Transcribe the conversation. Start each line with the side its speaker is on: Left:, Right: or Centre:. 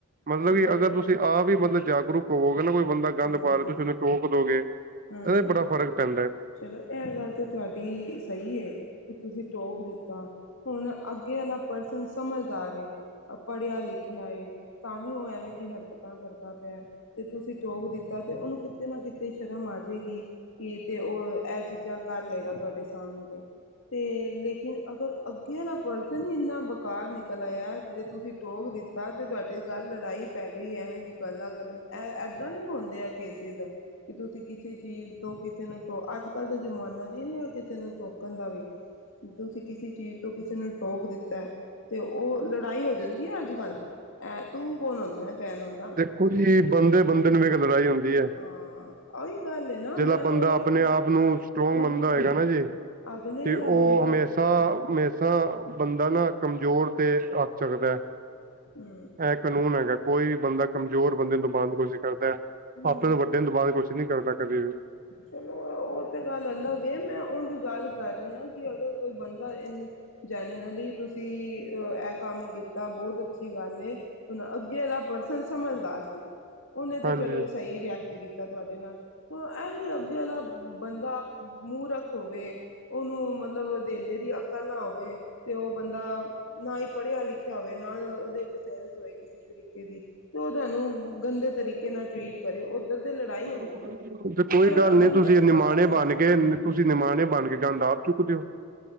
Right: ਮਤਲਬ
Left: ਚਲੋ
Right: ਕਿ ਅਗਰ ਤੁਸੀਂ ਆਪ ਹੀ ਮਤਲਬ ਜਾਗਰੂਕ- ਹੋਓਗੇ ਨਾ ਕੋਈ ਬੰਦਾ ਗੰਦ
Left: ਹੂੰ
Right: ਪਾ ਰਿਹਾ, ਤੁਸੀਂ ਉਹਨੂੰ ਟੋਕ ਦੋਗੇ ਇਹਦੇ
Left: ਹੂੰ
Right: 'ਚ ਬੜਾ ਫਰਕ ਪੈਂਦਾ
Left: ਚਲੋ ਇਹ ਗੱਲ ਤਾਂ ਤੁਹਾਡੀ ਸਹੀ ਏ, ਕਿ ਤੁਸੀਂ ਟੋਕ ਦਿੱਤਾ ਹੁਣ ਅੱਗੇ ਵਾਲਾ ਪਰਸਨ ਸਮਝਦਾਰ ਏ ਪੜ੍ਹਿਆ ਲਿਖਿਆ ਏ ਤਾਂ ਵੀ ਉਹ ਐਵੇਂ ਜਿਹੀ ਹਰਕਤਾਂ ਕਰਦਾ ਪਿਆ ਤੇ ਤੁਸੀਂ ਟੋਕ ਦਿੱਤਾ ਤੇ ਉਹਨੂੰ ਕਿਤੇ ਨਾ ਕਿਤੇ ਸ਼ਰਮ ਆ ਜਾਏਗੀ ਕੀ ਤੇ ਉਹ ਇਹ ਚੀਜ਼ਾਂ ਕਰ ਲੇਗਾ ਤੁਹਾਡੇ ਸਾਹਮਣੇ ਤੇ ਤੇ ਲੇਕਿਨ ਅਗਰ ਅੱਗੇ ਵਾਲਾ ਪਰਸਨ ਹੀ ਇੰਨਾ ਬੇਕਾਰ ਨਿਕਲ ਆਇਆ ਜੇ ਤੁਸੀਂ ਟੋਕ ਦਿੱਤੀ ਤ ਤੇ ਤੁਹਾਡੇ ਗੱਲ ਲੜਾਈ ਪੈ ਗਈ ਐਵੇਂ ਦੀ ਗੱਲਾਂ ਕਰਨ ਏਦਾਂ ਵੀ ਹੁੰਦੇ ਆ ਕੇਸਿਸ, ਕਿ ਤੁਸੀਂ ਕਿਸ ਕਿਸੀ ਚੀਜ਼ ਤੋਂ ਕਿਸੇ ਨੂੰ ਟੋਕ, ਅੱਜ ਕੱਲ ਦਾ ਜ਼ਮਾਨਾ ਨਹੀਂ ਕਿਸੇ ਨੂੰ ਟੋਕਣ ਦਾ ਵੀ, ਤੁਸੀਂ ਕਿਸੇ ਚੀਜ਼ ਤੋਂ ਕਿਸੇ ਨੂੰ ਟੋਕ ਦਿੱਤਾ, ਤੇ ਉਹ ਲੜਾਈ ਹੋ ਜਾਂਦੀ ਹੈ ਅੱਜ ਕੱਲ ਐ ਤੂੰ ਕੋਣ ਹੁੰਦਾ ਕਹਿਣ ਵਾਲਾ
Right: ਕੁਛ ਵੀ ਬੰਦੇ ਬੰਦੇ ਨੂੰ ਵੇਖ ਲੜਾਈ ਹੁੰਦੀ ਹੁੰਦੀ ਐ,
Left: ਹਾਂ ਉਹੀ ਗੱਲ ਹੈ ਨਾ
Right: ਜਿੜਾ
Left: ਮੈਂ
Right: ਬੰਦਾ
Left: ਉਹੀ
Right: ਆਪਣੇ
Left: ਚੀਜ਼
Right: ਆਪ ਨੂੰ ਸਟਰੋਂਗ
Left: ਹੁਣ
Right: ਮੰਨਦਾ ਹੋਏਗਾ ਨਾ ਜੀ
Left: ਅਗਲੇ
Right: ਤੇ
Left: ਵਾਲਾ
Right: ਉਹ
Left: ਬੰਦਾ
Right: ਹਮੇਸ਼ਾ ਹੇਸ਼ ਤਾਂ ਬੰਦਾ ਨਾ ਕਮਜ਼ੋਰ 'ਤੇ ਹੱਥ ਚਕਦਾ ਐ
Left: ਹੂ
Right: ਇਹ ਕਾਨੂੰਨ ਹੈਗਾ, ਕੋਈ ਵੀ ਬੰਦਾ ਕਮਜ਼ੋਰ ਬੰਦੇ ਨੂੰ ਦਬਾਉਣ ਦੀ ਕੋਸ਼ਿਸ਼ ਕਰਦਾ ਹੈ
Left: ਹਮ
Right: ਆਪਨੇ ਤੋ ਵੱਡੇ ਨੂੰ ਦਬਾਕੇ ਕੁਛ ਨੀ ਕਰਦਾ ਕਦੇ ਵੀ
Left: ਚਲੋ ਉਹ ਤੇ ਗੱਲ ਅਲੱਗ ਏ, ਮੈਂ ਉਝ ਗੱਲ ਕਰ ਰਹੀ ਹਾਂ ਕਿ ਅਗਰ ਕੋਈ ਬੰਦਾ ਇਜ ਜਨਰਲੀ ਤੁਸੀਂ ਐ ਕੰਮ ਕੀਤਾ ਬਹੁਤ ਅੱਛੀ ਗੱਲ ਏ ਹੁਣ ਅੱਗੇ ਦਾ ਪਰਸਨ ਸਮਝਦਾਰ ਸੀ ਉਹਨੇ
Right: ਹਾਂਜੀ
Left: ਤੇ ਚਲੋ ਸਹੀ ਰਿਐਕਟ ਕੀਤਾ ਤੁਹਾਡੇ ਨਾਲ, ਔ ਐ ਹੀ ਅੱਗੇ ਵਾਲਾ ਬੰਦਾ ਮੂੰਰੱਖ ਹੋਵੇ, ਉਹਨੂੰ ਮਤਲਬ ਦੇਲੇ ਦੀ ਅਕਲ ਨਾ ਹੋਵੇ ਹੋਵੇ, ਤੇ ਉਹ ਬੰਦਾ ਨਾ ਹੀ ਪੜ੍ਹਿਆ ਲਿਖਿਆ ਹੋਵੇ ਨਾ ਉਹਦੇ ਚ ਸੈਂੰਸ ਹੋਏ ਕਿਸੇ ਤਰੀਕੇ ਦੀ, ਤੇ ਉਹ ਤੁਹਾਨੂੰ ਗੰਦੇ ਤਰੀਕੇ ਨਾਲ ਟਰੀਟ ਕਰੇ ਉੱਧਰ ਤੇ ਲੜਾਈ
Right: ਤੇ
Left: ਹੋ ਗਈ ਨਾ ਫਿਰ
Right: ਕੋਈ
Left: ਐ ਬੰਦਾ,
Right: ਗੱਲ ਨਹੀਂ
Left: ਬੰਦੇ
Right: ਤੁਸੀਂ ਨਿਮਾਣੇ
Left: ਮਤਲ
Right: ਬਣ ਕੇ ਤੁਸੀਂ ਨਿਮਾਣੇੇ ਬਣ ਕੇ ਗੰਦ ਆਪ ਚੁੱਕਦੇ ਹੋ